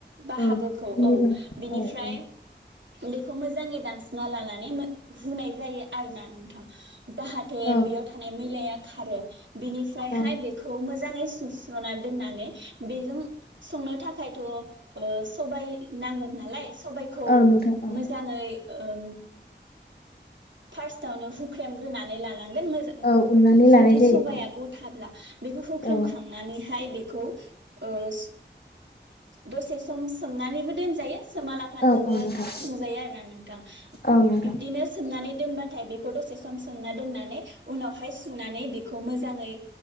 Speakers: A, on the right (about 75°); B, on the left (about 55°).
A: बाहागोखौ
B: औ उननि
A: औ
B: बाहागो
A: बिनिफ्राय
B: औ औ
A: बेखौ मोजाङै दानस'ना लानानै हुनाय जायो। आरोना नोंथां जाहाथे
B: औ
A: बेयाव थानाय मैलाया खारो बिनिफ्रायहाय
B: औ
A: बेखौ मोज जाङै सुस्र'नानै दोननानै बेजों संनो थाखायथ' ओ सबाय नांगोन नालाय सबायखौ
B: औ नोंथां औ
A: मोजाङै ओम फार्स्टआवनो हुख्रेमग्रोनानै ला नांगोन मजा
B: औ उननानै
A: जुदि
B: लानाय जायो
A: सबाया गथाब्ला बेखौ‌ हुख्रेमखांनानै
B: औ
A: हाय बेखौ ओस दसे सम सोमनानैबो दोनजायो सोमा लाफानोबो
B: औ औ नोंथां
A: संजायो आरो ना नोंथां
B: औ नोंथां
A: बिबदिनो सोमनानै दोनबाथाय बेखौ दसे सम समोमना दोननानै उनावहाय सुनानै बेखौ मोजाङै